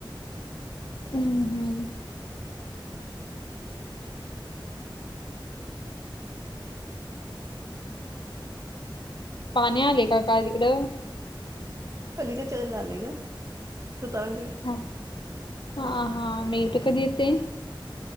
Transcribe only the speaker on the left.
ऊं हुं. पाणी आले काय का तिकडं
हा हा हा मी इथं कधी येते.